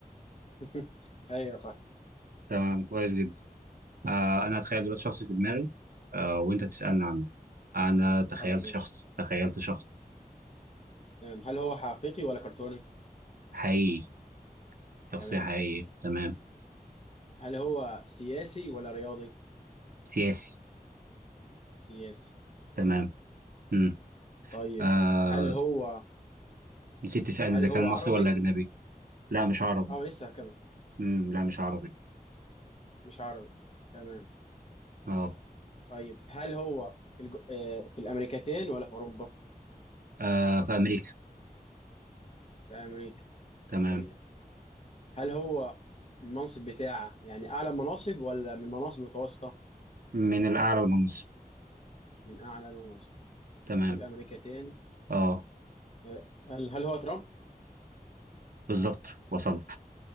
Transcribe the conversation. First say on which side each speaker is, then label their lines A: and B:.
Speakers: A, on the left (about 40°); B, on the right (about 65°).
A: <laughs> ايوه صح
B: تمام كويس جدا آه، انا اتخيل دلوقتي شخص في دماغي آه، وانت تسالني عنه انا تخيلت
A: خلاص
B: شخص
A: ماشي
B: تخيلت شخص
A: تمام هل هو حقيقي ولا كرتوني
B: حقيقي شخصيه
A: تمام
B: حقيقيه تمام
A: هل هو سياسي ولا رياضي
B: سياسي
A: سياسي تمام
B: تمام امم
A: طيب
B: آه
A: هل هو
B: نسيت تسالني
A: هل
B: اذا
A: هو
B: كان
A: عربي
B: مصري ولا اجنبي لا مش عربي
A: اه لسه هكمل
B: امم لا مش عربي
A: مش عربي تمام
B: اه
A: طيب هل هو في الج... آه، في الامريكتين ولا في اوروبا
B: آه، في امريكا
A: في امريكا
B: تمام
A: طيب هل هو المنصب بتاعه يعني اعلى مناصب ولا من المناصب المتوسطه
B: من الاعلى للمنصب
A: من اعلى المناصب
B: تمام
A: في الامريكتين
B: اه
A: آه، هل هل هو ترامب
B: بالظبط وصلت